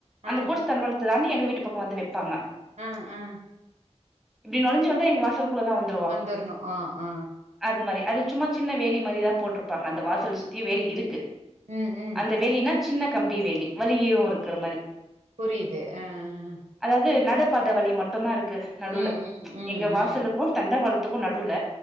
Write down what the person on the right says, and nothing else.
ஆ
அ அ
வந்துர்ணு ஆ ஆ
ம் ம்
புரியுது அ அ
ம் ம் ம்
ம்